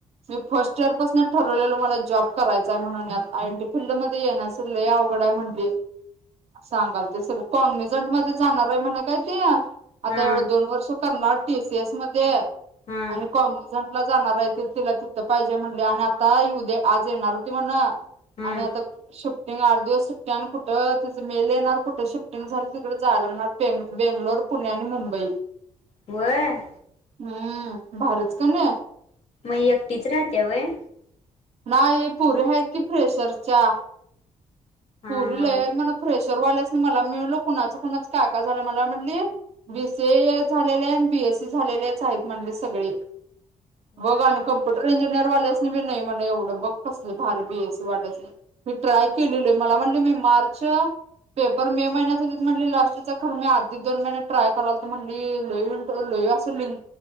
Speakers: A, on the right; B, on the left.
A: मी फर्स्ट इयर पासून ठरवलेलो मला जॉब करायचाय म्हणून आय एनटी फीलल्ड मध्ये येण्यास लय अवघड आहे म्हणली सांगाल ते सगळ कॉनिजंट मध्ये जाणार आहे म्हणे काय ती. आता
B: हा
A: एवढं दोन वर्ष करणार टी सी एस मध्ये,
B: हा
A: आणि कॉमर्सचा, जाणार आहे ती तिला तिथं पाहिजे म्हणली आणि आता उद्या, आज येणार होती म्हण.
B: हा
A: आणि आता आठ दिवस सुट्टया आणि कुठं तिंच मेल येणार कुठ शिफ्टिंग झालं तिकड जायला लागणार बेग बेंगलोर, पुणे आणि मुंबईकर.
B: व्हय,
A: हू भारीच क नि.
B: एकटीच राहत्यां वय?
A: नाही पुरी आहेत की फ्रेशरच्या,
B: हा
A: पुरी
B: हा
A: लय आहेत म्हण फ्रेश चरवाल्यासनी मला मी म्हणलो कुणाच कुणाच काय काय झालं मला म्हणली बीसीए झालेले न बीएसी झालेलेच आहेत म्हटली सगळी.
B: व्हय
A: बग आणी कम्प्युटर इंजि निर वाल्यासनी बी नई म्हण. एवढं बघ कसलं भारी बीएसी वाटाय मी ट्राय केलेल मला म्हणली मी मार्च पेपर मे महिन्यात होतीत म्हटली लास्टच खर मी आधी दोन महिने ट्राय कराल तर म्हनली लई इंट लई असं लिंक